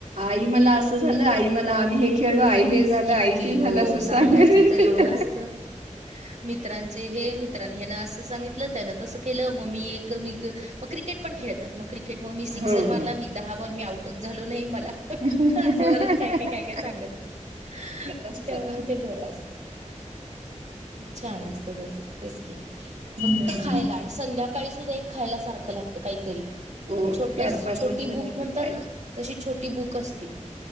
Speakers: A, on the right (about 75°); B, on the right (about 60°).
A: आई मला असं झालं आई मला आम्ही हे खेळलो आई हे झालं
B: किती
A: आई ते झालं
B: हो
A: असं
B: सांगायच
A: सांगत येते.
B: तर एवढं असत मित्रांचे हे मित्रां ह्यान अस सांगितलं त्यांन तसं केलं म मी एक मग क्रिकेट पण खेळतात मग. क्रिकेट म मी सिक्सर
A: हो
B: मारला.
A: हो
B: मी दहा बॉल मी आउटच झालो नाही. मला
A: सांगत
B: असं बरच काय काय काय काय सांगत असता.
A: असतात.
B: त्यामुळ ते बरं असत. छान असत तसच. तेच की,
A: हम्म.
B: फक्त खायला आणि संध्याकाळी सुद्धा एक खायला सारखं लागतं काहीतरी.
A: हो
B: छोट
A: चार पाच
B: छोटी
A: वाजता
B: बुक
A: काहीतर
B: म्हणतात
A: पाहिजे
B: ना. तशी छोटी बुक असती.